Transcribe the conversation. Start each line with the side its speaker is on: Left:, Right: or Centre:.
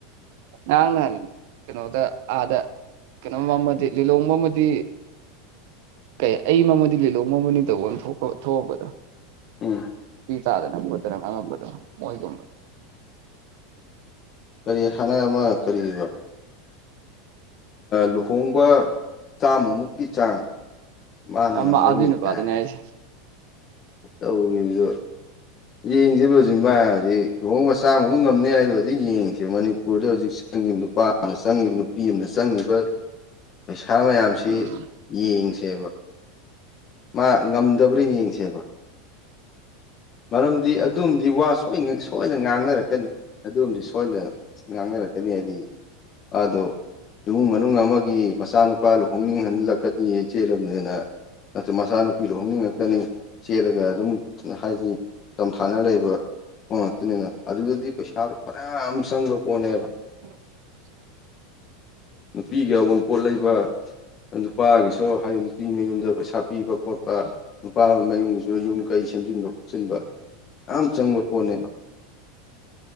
Right: ꯌꯥ ꯂꯅꯤ ꯀꯩꯅꯣꯗ ꯑꯗ ꯀꯩꯅꯣꯝꯃ ꯂꯤꯂꯣꯡꯕ ꯑꯃꯗꯤ ꯀꯩ ꯑꯩ ꯃꯃꯗꯤ ꯂꯤꯂꯣꯡ ꯃꯃꯅꯤ ꯇꯧꯕ ꯑꯃ ꯊꯣꯛꯄ ꯊꯣꯛꯑꯝꯕꯗꯣ
Left: ꯎꯝ
Right: ꯆꯥꯗꯅꯗꯅ ꯑꯉꯝꯕꯗꯅ ꯃꯣꯏꯒꯝꯕꯅꯤ
Left: ꯀꯔꯤ ꯍꯅ ꯑꯃ ꯀꯔꯤꯔꯤꯕ ꯂꯨꯍꯣꯡꯕ ꯆꯥꯝꯃꯃꯨꯛꯀꯤ ꯆꯥꯡ ꯃꯥꯅ
Right: ꯑꯃ
Left: ꯉꯒꯅꯤꯉ
Right: ꯑꯗꯨꯏ ꯅꯨꯄꯥꯗꯨꯅꯦ
Left: ꯅꯦ
Right: ꯍꯥꯏꯁꯦ
Left: ꯇꯧꯈꯤꯕꯗꯣ ꯌꯦꯡꯗ꯭ꯔꯤꯕ ꯍꯧꯖꯤꯃ ꯍꯧꯖꯤꯛ ꯂꯨꯍꯣꯡꯕꯆꯥ ꯑꯃ ꯈꯪ ꯉꯝꯅꯤ ꯍꯥꯏꯗ ꯍꯧꯖꯤꯛ ꯌꯦꯡꯉꯤꯁꯦ ꯃꯅꯤꯄꯨꯔꯗ ꯍꯧꯖꯤꯛ ꯆꯪꯉꯤꯕ ꯅꯨꯄꯥ ꯑꯃꯅ ꯆꯪꯉꯤꯕ ꯅꯨꯄꯤ ꯑꯃꯅ ꯆꯪꯉꯤꯕ ꯑ ꯁꯥ ꯃꯌꯥꯝꯁꯤ
Right: ꯎꯝ
Left: ꯌꯦꯡꯁꯦꯕ ꯃꯥ ꯉꯝꯗꯕ꯭ꯔꯥ ꯌꯦꯡꯁꯦꯕ ꯃꯔꯝꯗꯤ ꯑꯗꯨꯝꯗꯤ ꯋꯥ ꯁꯣꯏꯅ ꯉꯥꯡꯅꯔꯛꯀꯦ ꯑꯗꯨꯝꯗꯤ ꯁꯣꯏꯗ ꯉꯥꯡꯅꯔꯛꯀꯅꯤ ꯍꯥꯏꯗꯤ ꯑꯗꯣ ꯏꯃꯨꯡ ꯃꯅꯨꯡ ꯑꯃꯒꯤ ꯃꯆꯥꯅꯨꯄꯥ ꯂꯨꯍꯣꯡꯅꯤꯡꯍꯜꯂꯛꯀꯅꯤ ꯆꯦꯜꯂ ꯅ ꯅꯠꯇ꯭ꯔ ꯃꯆꯥꯅꯨꯄꯤ ꯂꯍꯣꯡꯅꯤꯡꯉꯛꯀꯅꯤ ꯆꯦꯜꯂꯒ ꯑꯗꯨꯝ ꯍꯥꯏꯗꯤ ꯆꯝꯊꯥꯅ ꯂꯩꯕ ꯑꯣ ꯑꯗꯨꯅꯤꯅ ꯑꯗꯨꯗꯗꯤ ꯄꯩꯁꯥꯗꯨꯣ ꯐꯔꯌꯥꯝ ꯆꯪꯕ ꯄꯣꯠꯅꯦꯕ
Right: <inaudible>
Left: ꯅꯨꯄꯤꯒꯤ ꯑꯎꯣꯟꯄꯣꯠ ꯂꯩꯕ ꯅꯨꯄꯥꯒꯤꯁꯨ ꯍꯥꯏꯗꯤ ꯅꯨꯄꯤ ꯃꯌꯨꯝꯗ ꯄꯩꯁꯄꯤꯕ ꯈꯣꯠꯄ ꯅꯨꯄꯥ ꯃꯌꯨꯝ ꯌꯨꯝ ꯀꯩ ꯁꯦꯝꯟꯕ ꯈꯣꯟꯕ ꯌꯥꯝ ꯆꯪꯕ ꯄꯣꯠꯅꯦꯕ